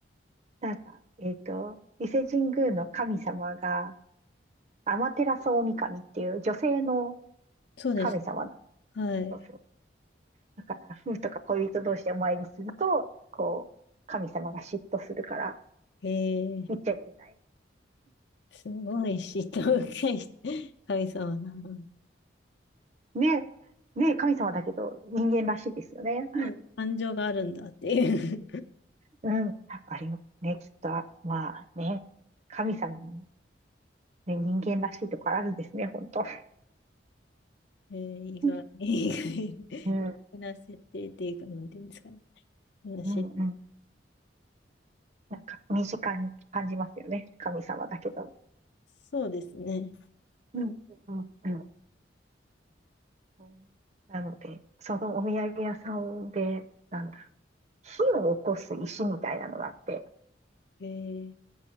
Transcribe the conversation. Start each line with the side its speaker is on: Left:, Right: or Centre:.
Right: なんか、えっと、伊勢神宮の神様が、アマテラスオオミカミっていう女性の
Left: そうです。
Right: 神様なんです。
Left: はい。
Right: そうそう。だから、夫婦とか恋人同士でお参りすると、こう、神様が嫉妬するから、
Left: ええ
Right: 言っちゃいけない。
Left: すごい嫉妬深い神様だな。
Right: ね、ね、神様だけど、人間らしいですよね。
Left: そう感情があるんだっていう
Right: うん、やっぱりね、きっと、まあね、神様も、ね、人間らしいところあるんですね、本当。
Left: <laughs> ええ意外、
Right: <laughs>
Left: 意外な設定っていうか、
Right: うん、
Left: なんていうんですかね。話
Right: うん、うん。なんか身近に感じますよね。神様だけど。
Left: そうですね。
Right: うん、うん、うん。なので、そのお土産屋さんで、なんだ火を起こす石みたいなのがあって、
Left: ええ